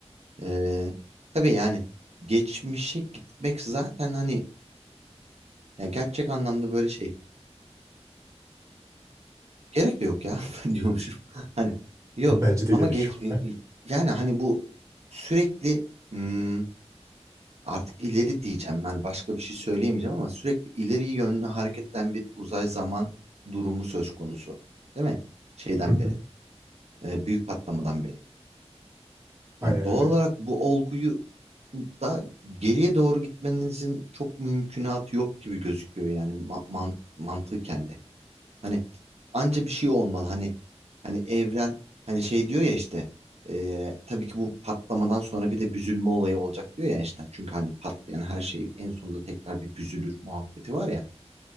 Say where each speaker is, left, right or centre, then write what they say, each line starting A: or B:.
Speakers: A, on the right (about 70°); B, on the right (about 30°).
A: Ee, tabii yani geçmişe gitmek zaten hani ya gerçek anlamda böyle şey gerek de yok ya <laughs> ben diyormuşum. <laughs> Hani yok
B: Bence de
A: ama
B: gerek
A: geç
B: yok.
A: yani hani bu sürekli hmm, artık ileri diyeceğim ben başka bir şey söyleyemeyeceğim ama sürekli ileri yönlü hareket eden bir uzay zaman durumu söz konusu. Değil mi? Şeyden
B: Hı hı.
A: beri, e, büyük patlamadan beri.
B: Aynen
A: Yani doğal
B: öyle.
A: olarak bu olguyu da geriye doğru gitmenizin çok mümkünatı yok gibi gözüküyor yani ma man mantıken de. Hani anca bir şey olmalı. Hani hani evren hani şey diyor ya işte e, tabii ki bu patlamadan sonra bir de büzülme olayı olacak diyor ya işte. Çünkü hani patlayan her şey en sonunda tekrar bir büzülür muhabbeti var ya.